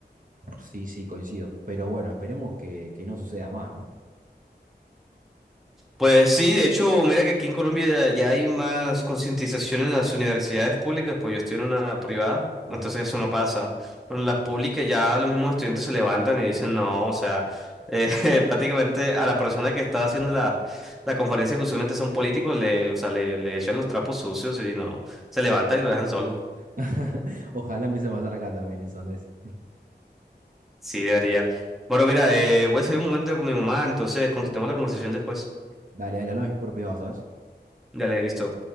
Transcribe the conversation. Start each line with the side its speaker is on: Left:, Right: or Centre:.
Right: Sí, sí, coincido. Pero bueno, esperemos que, que no suceda más, ¿no?
Centre: Pues sí, de hecho, mira que aquí en Colombia ya hay más concientización en las universidades públicas, pues yo estoy en una privada,
Right: Ajá.
Centre: entonces eso no pasa. Pero en las públicas ya los mismos estudiantes se levantan y dicen, no, o sea, eh, <laughs> prácticamente a la persona que está haciendo la, la conferencia, que usualmente son políticos, le, o sea, le, le echan los trapos sucios y no, se levantan y lo dejan solo.
Right: <laughs> Ojalá empiece a pasar acá también eso, Andrés.
Centre: Sí, debería. Bueno, mira, eh, voy a salir un momento con mi mamá, entonces continuamos la conversación después.
Right: Dale, dale, hablamos por privado, ¿sabes?
Centre: Dale, listo.